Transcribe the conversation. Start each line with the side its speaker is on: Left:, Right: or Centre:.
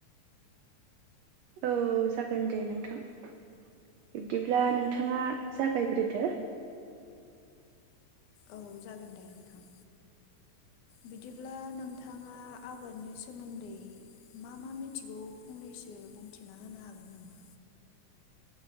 Right: औ जागोन दे नोंथां बिब्दिब्ला नोंथाङा जागायग्रोदो
Left: औ जागोन दे नोंथां बिदिब्ला नोंथाङा आबादनि सोमोन्दै मा मा मिथिगौ फंनैसो बुंथिना होनो हागोन नामा?